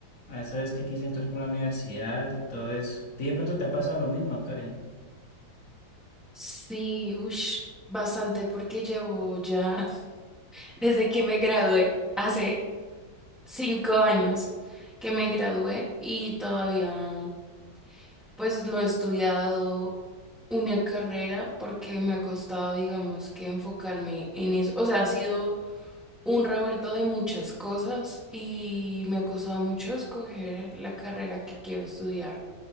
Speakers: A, on the left (about 45°); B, in the centre.
A: a esa vez que quise entrar con la universidad y todo eso. ¿Y de pronto te ha pasado lo mismo, Karen?
B: Sí, ush, bastante porque llevo ya <laughs> desde que me gradué, hace cinco años que me gradué y todavía pues no he estudiado una carrera porque me ha costado, digamos, que enfocarme en eso. O sea, ha sido un revuelto de muchas cosas y me ha costado mucho escoger la carrera que quiero estudiar.